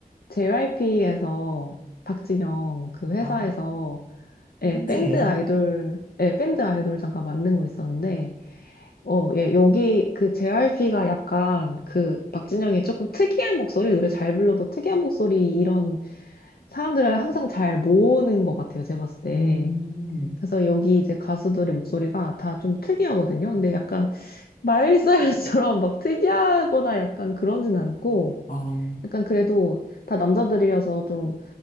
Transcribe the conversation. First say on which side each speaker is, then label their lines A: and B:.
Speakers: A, on the left; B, on the left.
A: JYP에서 박진영 그 회사에서
B: 아, 밴드예요?
A: 예, 밴드 아이돌 예, 밴드 아이돌 잠깐 만든 거 있었는데 어, 예, 여기 그 JYP가 약간 그 박진영이 조금 특이한 목소리 노래 잘 불러도 특이한 목소리 이런 사람들을 항상 잘 모으는 것 같아요 제가 봤을 때
B: 음.
A: 그래서 여기 이제 가수들의 목소리가 다 좀 특이하거든요 근데 약간 마일리사이러스처럼 막 특이하거나 약간 그런진 않고,
B: 아,
A: 약간 그래도 다 남자들이어서 좀